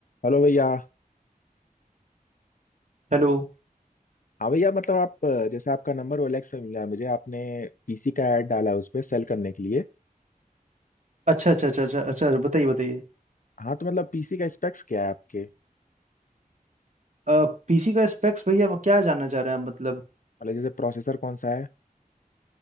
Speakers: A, on the left; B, on the right.
A: Hello भैया
B: हेलो
A: हाँ भैया मतलब आप अ, जैसे आपका नंबर ओएलएक्स पे मिला है मुझे आपने पीसी का ऐड डाला है उस पे सेल करने के लिए
B: अच्छा अच्छा अच्छा अच्छा अच्छा अच्छा, बताइए बताइए
A: हाँ तो मतलब पीसी का स्पेक्स क्या है आपके
B: पीसी का स्पेक्स भैया वो क्या जानना चाह रहे हैं आप मतलब
A: मतलब जैसे प्रोसेसर कौन सा है